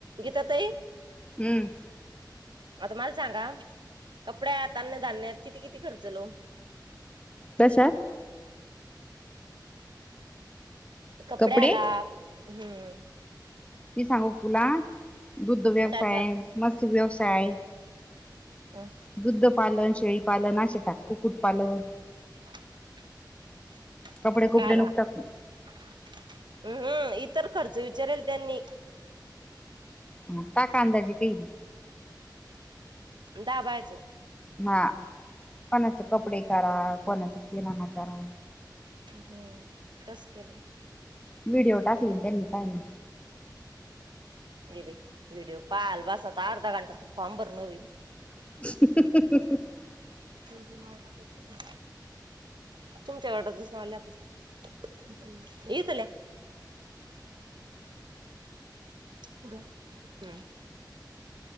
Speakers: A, on the right; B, on the left.
A: गीता ताई
B: हम्म!
A: आता मला सांगा कपड्यात, अन्नधान्यात किती किती खर्चलो
B: कशात?
A: कपड्याला
B: कपडे
A: हम्म
B: मी सांगू तुला दुधध व्यवसाय,
A: चार चार
B: मत्स्य व्यवसाय
A: हम्म
B: दुद्धपालन, शेळीपालन असे टाक. कुक्कुटपालन
A: ह <unintelligible>
B: कपडे कुपडे
A: काला
B: नको
A: हम
B: टाकू.
A: <unintelligible> हम् <unintelligible> इतर खर्च विचारेल त्यांनी
B: म टाका आंदजी काही
A: दाबायचो
B: हा कोणाच कपडे करा कोणाच किराणा करा
A: हम्म तस केलो
B: व्हिडिओ टाकलीन त्यांनी पाहायना
A: हे बांई व्हिडिओ पाहाल बसता अर्धा घंटा तर फार्म भरन होईल.
B: हम
A: दिनाव टाकुची नी तुमच्या गटातसचं आल्या आप येतल्या कुडं हम